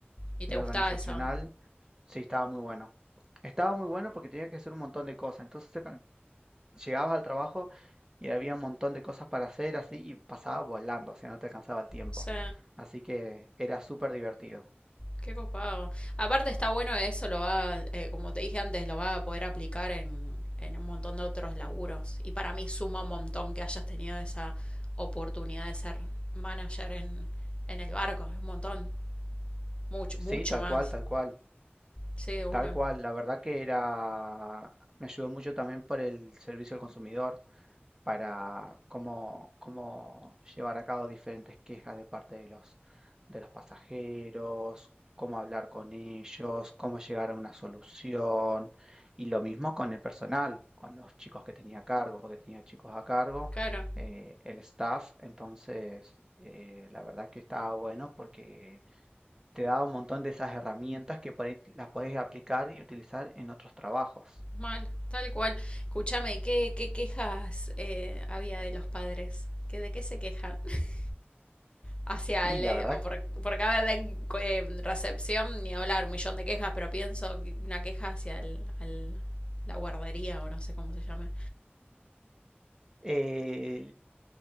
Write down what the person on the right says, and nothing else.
era
organizacional.
Sí, estaba muy bueno. Estaba muy bueno porque tenía que hacer un montón de cosas. Entonces te, llegabas al trabajo y había un montón de cosas para hacer así y pasaba volando, o sea, no te alcanzaba el tiempo.
Así que era súper divertido.
Sí,
tal
cual, tal cual,
tal cual. La verdad que era, me ayudó mucho también por el servicio al consumidor. para cómo, cómo llevar a cabo diferentes quejas de parte de los, de los pasajeros, cómo hablar con ellos, cómo llegar a una solución. Y lo mismo con el personal, con los chicos que tenía a cargo, porque tenía chicos a cargo,
eh, el staff. Entonces, eh, la verdad que estaba bueno porque te da un montón de esas herramientas que por ahí las podés aplicar y utilizar en otros trabajos.
Y
la
verdad,
eh,